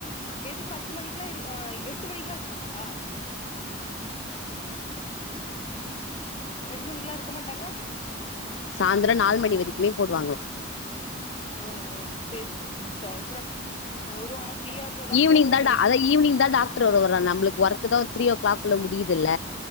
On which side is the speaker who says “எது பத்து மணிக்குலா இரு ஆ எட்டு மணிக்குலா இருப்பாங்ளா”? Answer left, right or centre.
Left